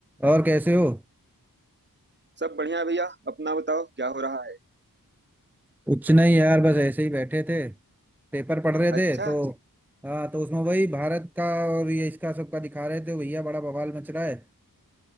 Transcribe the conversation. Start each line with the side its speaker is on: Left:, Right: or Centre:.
Centre: और कैसे हो
Right: सब बढ़िया है भैया अपना बताओ क्या हो रहा है
Centre: कुछ नहीं यार बस ऐसे ही बैठे थे पेपर पढ़ रहे थे
Right: अच्छा
Centre: तो हाँ तो उसमें वही भारत का और ये इसका सबका दिखा रहे थे भैया बड़ा बवाल मच रहा है